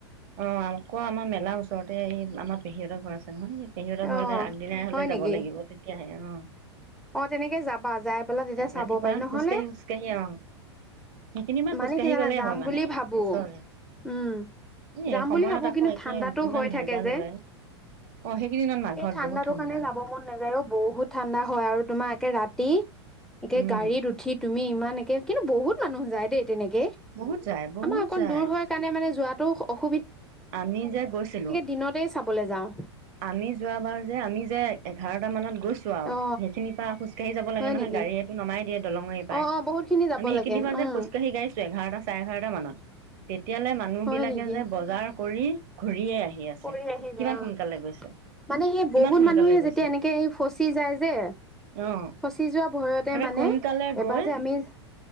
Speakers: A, on the right; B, in the centre.
A: অ আকৌ আমাৰ মেলাৰ ওচৰতে এই আমাৰ পেহীহঁতৰ ঘৰ আছে নহয় সিহঁৰ
B: অ
A: ঘৰলৈ আগদিনাই হলে
B: হয় নেকি
A: যাব লাগিব তেতিয়াহে উম
B: অ তেনেকে যাবা যাই পেলাই তেতিয়া চাব
A: ৰাতিপুৱা
B: পাৰি নহলে
A: খোজকাঢ়ি খোজকাঢ়ি অ সেইখিনি বা খোজকাঢ়ি
B: মানে কি জানা
A: গ'লেই
B: যাম
A: হয় মানে
B: বুলি
A: আৰু
B: ভাবো
A: ওচৰৰে
B: উম।
A: এই
B: যাম
A: সময়ত
B: বুলি ভাবো
A: আকৌ
B: কিন্তু
A: একে
B: ঠাণ্ডাতো
A: ইমান
B: হয়
A: ভেজাল
B: থাকে যে
A: ওলাই অ সেইকেইদিনত মাঘত
B: সেই ঠাণ্ডাটো
A: বহুত ঠাণ্ডা
B: কাৰণে যাব মন নেযায় অ বহুত ঠাণ্ডা হয় আৰু তোমাৰ একে ৰাতি একে
A: উম
B: গাড়ীত উঠি তুমি ইমান একে কিন্তু বহুত মানুহ যায় দেই। তেনেকেই
A: বহুত যায় বহুত
B: আমাৰ অকন
A: যায়
B: দূৰ হ কাৰণে মানে যোৱাত তৃতো অসু
A: আমি যে গৈছিলোঁ
B: দিনতেই চাবলৈ যাওঁ
A: আমি যোৱাবাৰ যে আমি যে এঘাৰটা মানত গৈছো আৰু
B: অ
A: সেইখিনি তাৰপাছত খোজ কাঢ়ি যাব লাগে
B: হয়
A: নহয়
B: নেকি
A: গাড়ীয়েতো নমাই দিয়ে। দলঙ এই পাই
B: অ অ বহুত খিনি যাব
A: আমি
B: লাগে
A: কেতিয়াবা
B: উম
A: যে খোজকাঢ়ি গাইছো এঘাৰটা চাৰে এঘাৰটা মানত। তেতিয়ালে মানুহবিলাকে
B: হয় নেকি
A: যে বজাৰ কৰি ঘূৰিয়ে আহি আছে
B: কৰি আহি
A: কিমান
B: যায় অ
A: সোনকালে গৈছে
B: মানে সেই
A: কিমান
B: বহুত
A: সোনকালে
B: মানুহে
A: গৈছে
B: যেতিয়া এনেকে ফচি যায় যে ফচি
A: অ
B: যোৱা ভয়তে মানে
A: সোনকালে
B: এবাৰ
A: গৈ
B: যে আমি